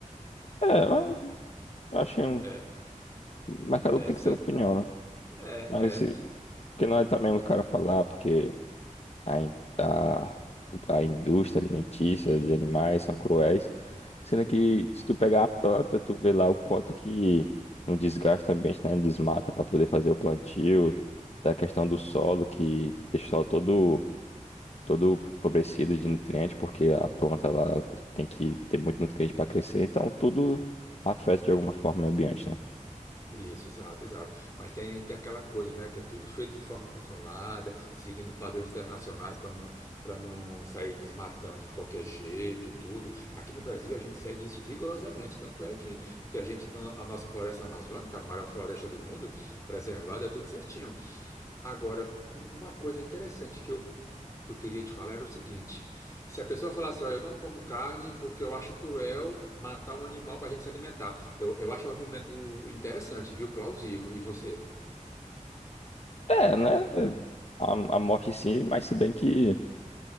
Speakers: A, on the left (about 50°); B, on the left (about 25°).
A: É, eu acho. um-
B: É,
A: Mas cada
B: é
A: um tem
B: isso
A: que ter
B: é,
A: opinião, né?
B: é,
A: Mas, eh,
B: é.
A: porque não é também o cara falar, porque. a, in- a, a indústria alimentícia de animais são cruéis. Sendo que se tu pegar a planta, tu vê lá o quanto que não desgasta o ambiente, né? Desmata para poder fazer o plantio, da questão do solo, que deixa o solo todo, todo empobrecido de nutrientes, porque a planta lá tem que ter muito nutriente para crescer, então tudo afeta de alguma forma o meio ambiente, né?
B: Isso, exato, exato. Mas tem, tem aquela coisa, né, que é tudo feito de forma controlada, seguindo padrões internacionais para não, para não sair desmatando de qualquer jeito e tudo. Aqui no Brasil a gente segue isso rigorosamente, tanto é que, que a gente tem a nossa floresta amazônica, a maior floresta do mundo, preservada, tudo certinho. Agora, um- uma coisa interessante que eu que eu queria te falar era o seguinte: se a pessoa falar assim, olha, eu não como carne porque eu acho cruel matar um animal para a gente se alimentar, eu, eu acho um argumento interessante, viu? Plausível. E você?
A: É, né? A, a morte sim, mas se bem que